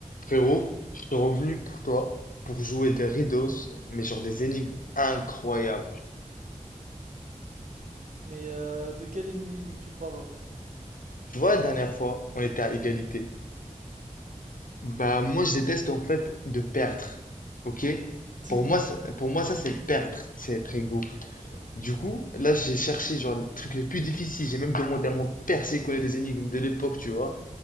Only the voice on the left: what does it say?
Frérot, je suis revenu pour toi pour jouer des riddles, mais genre des énigmes incroyables.
Tu vois, la dernière fois, on était à égalité. Bah, moi, je déteste en fait de perdre. Ok?
Pour moi, ça- pour moi, ça, c'est perdre, c'est être égo. Du coup, là, j'ai cherché genre les trucs les plus difficiles. J'ai même demandé à mon père s'il connaît des énigmes de l'époque, tu vois.